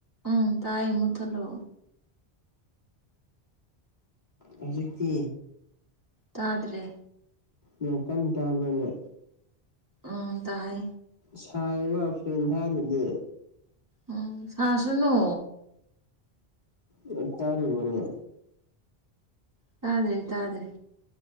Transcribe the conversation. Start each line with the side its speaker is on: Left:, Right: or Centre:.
Right: ꯎꯝ ꯇꯥꯏ ꯃꯨꯊꯠꯂꯣ
Left: ꯍꯧꯖꯤꯛꯇꯤ
Right: ꯇꯥꯗ꯭ꯔꯦ
Left: ꯌꯥꯝ ꯀꯟ ꯇꯕ꯭ꯔꯥ ꯅꯦ
Right: ꯑꯝ ꯇꯥꯏ
Left: ꯁꯥꯏꯌꯦꯕ ꯐꯦꯟ ꯊꯥꯗ꯭ꯔꯗꯤ
Right: ꯎꯝ ꯁꯥꯁꯅꯣ
Left: ꯌꯥꯝ ꯇꯥꯔꯤꯕꯣꯅꯦ
Right: ꯇꯥ꯭ꯗꯔꯦ ꯇꯥꯗ꯭ꯔꯦ